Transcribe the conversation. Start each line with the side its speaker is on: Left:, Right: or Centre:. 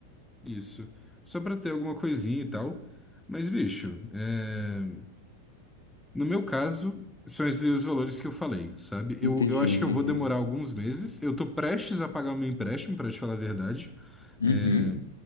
Centre: isso, só pra ter alguma coisinha e tal. Mas, bicho, é. No meu caso, são esses os valores que eu falei, sabe? Eu,
Left: Entendi,
Centre: eu acho
Left: entendi.
Centre: que eu vou demorar alguns meses. Eu tô prestes a pagar o meu empréstimo, pra te falar a verdade.
Left: Uhum.
Centre: É,